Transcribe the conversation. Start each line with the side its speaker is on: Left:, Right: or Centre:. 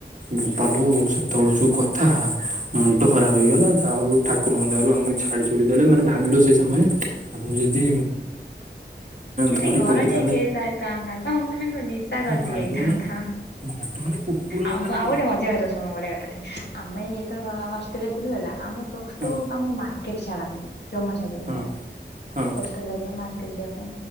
Right: ବୋପାଲୋ ସେତବେଳୁ ଯୋଉ କ ମୁଣ୍ଡ ଖରାପ ହେଇଗଲା ଯାହାଉ ଠାକୁରଙ୍କ ଦୟାରୁ ଆମକୁ ଛାଡି ଛୁଡି ଦେଲେ ମାନେ ଭାବିଲୁ ସେ ସମୟରେ ଆମକୁ ଯଦି
Left: ଯଦି
Right: ଧରି
Left: ଘର
Right: ପକେଇଥାନ୍ତେ
Left: ଯାଏ କେସ୍ ଆସିଥାନ୍ତା ତମ <unintelligible>
Right: ମାଡ
Left: ଯାଇଥାନ୍ତା
Right: ମାନେ ମାଡ ମାନେ କୁକୁର
Left: ଆମ
Right: ମାନେ
Left: ଆଉ
Right: ହଁ
Left: ଗୋଟେ ମଜା କଥା ଶୁଣ ବଡ଼ିଆ କଥାଟେ ଆମେ ଏଇ ହ ହଷ୍ଟେଲରେ ଥିଲୁ ହେଲା ଆମ ପ୍ଲସ
Right: ହଁ
Left: ଟୁ ବେକୁ ଆମୁକୁ ମାର୍କେଟ ଛାଡନ୍ତିନି ଜମା ହେଲା
Right: ହଁ
Left: ଭାରି
Right: ହଁ
Left: କଷ୍ଟ ଲାଗେ ମାର୍କେଟ ଯିବା ପାଇଁ